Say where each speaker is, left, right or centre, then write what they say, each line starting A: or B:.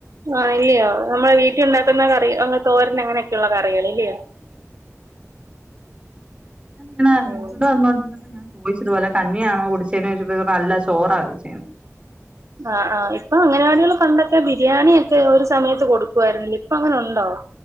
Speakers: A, on the right (about 70°); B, on the right (about 20°).
A: ആഹ ഇല്ലയോ നമ്മളെ വീട്ടിൽ ഉണ്ടാക്കുന്ന കറി അങ്ങ തോരന അങ്ങനെയൊക്കെയുള്ളള്ള കറികൾ ഇല്ലയോ
B: െ <unintelligible> വിളിച്ചോട്ട
A: ഉം.
B: വോ ഞാൻ ചോദിച്ചത്പോലെ കഞ്ഞിയണോ കുടിച്ചേോിച്ചപ്പോ അല്ല ചോറാ കഴിച്ചേന്ന്
A: ആ് ആ് ഇപ്പൊ അങ്ങനവാടികൾ കണ്ടൊക്കെ ബിരിയാണിയ ഒക്കെ ഒരു സമയത്ത് കൊടുക്കുായിരുനു ഇപ്പൊ അങ്ങനെ ഉണ്ടോ